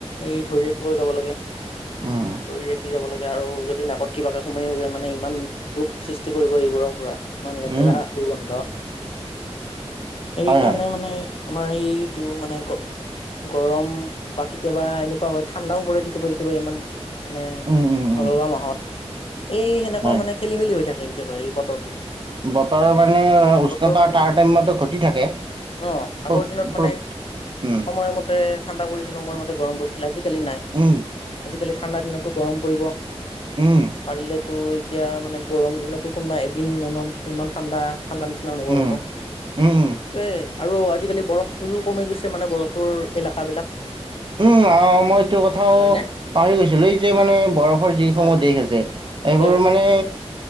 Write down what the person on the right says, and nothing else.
উম
উম
হয়
হয়
উম উম
উম
হয়
বতৰৰ মানে উষ্ণতা
তাৰ টাইমতো ঘটি থাকে।
উমঁ।
উম,
উমঁ।
উম,
উম,
উমঁ, আহ', -মই এইটো কথাও
পাহৰি গৈছিলো এই যে মানে বৰফৰ যি
সমূহ
দেশ আছে। এইবোৰ
মানে